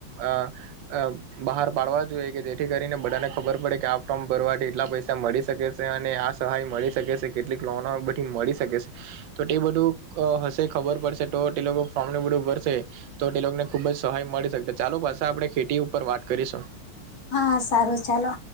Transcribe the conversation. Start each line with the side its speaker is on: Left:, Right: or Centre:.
Right: આ આ બહાર પાડવા જોઈએ કે જેથી કરીને બધાને ખબર પડે કે આ ફોર્મ ભરવાથી એટલા પૈસા મળી શકે સે અને આ સહાય મળી શકે સે કેટલી લોનો બધી મળી શકે છે. તો તે બઢુ અહ હશે ખબર પડશે તો તે લોકો ફોમને બઢુ ભરસે. ટો ટે લોકોને ખુબ જ સહાય મળી શકશે. ચાલો પાછા આપડે ખેટી ઉપર વાત કરીશું.
Left: હા સારું ચાલો.